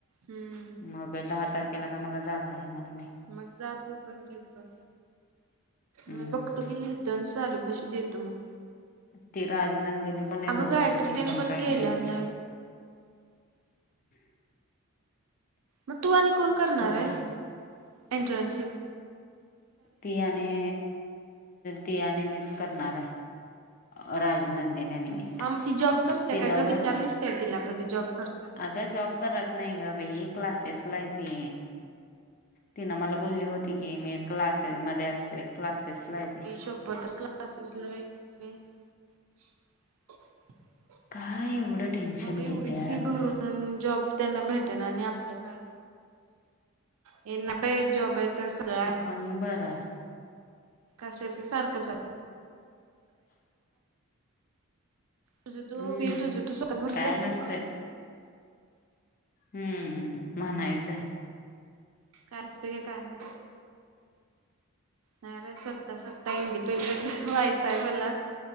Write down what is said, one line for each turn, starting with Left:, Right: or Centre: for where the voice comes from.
Right: हम्म
Left: मग अं दहा तार त्याला काय मला जाता येणार नाही.
Right: मग जा तु पण चेक कर,
Left: हम्म.
Right: मी बघतो गेली अन् स्वाली पशी देतो म
Left: ती राजनंदिनी पण येणार
Right: अगं गायत्री
Left: होती, ती
Right: तेन
Left: पण काय
Right: गेल्या
Left: नाही म्हटली.
Right: नाहीत
Left: <inaudible>
Right: मग तू आणि कोण करणार
Left: सग
Right: आहेस इंटरनशीप?
Left: ती आणि, ती आणि मीच करणार आहे. राजनंदेने आणि मी.
Right: हा मग ती जॉब करते
Left: तिनं
Right: काय ग?
Left: भरल
Right: विचारलीच का तिला कधी जॉब करतेस का?
Left: अगं जॉब करत नाही ग बाई, क्लासेस ला आहे ती. तिनं मला बोलली होती की मी क्लासेस मध्ये असते. क्लासेस ला आहे.
Right: <unintelligible> मग
Left: काय एवढं टेन्शन
Right: एवढी
Left: घेत्यास?
Right: फी भरून अन जॉब त्यांना भेटण आणि आपलं काय? हेना बे जॉब आहे तर सगळं आहे.
Left: पण मी बराय.
Right: कशाचं सारखं <unintelligible> तुझं तू
Left: हम्म
Right: <unintelligible> तुझं तू स्वतः भरत
Left: काय
Right: असतील
Left: नसतंय.
Right: ना?
Left: हम्म म्हणायचंय.
Right: काय असत ग? काय नसत. नाही बाई, स्वतः स्वतः इंडिपेंडेंट व्हायचय आहे मला.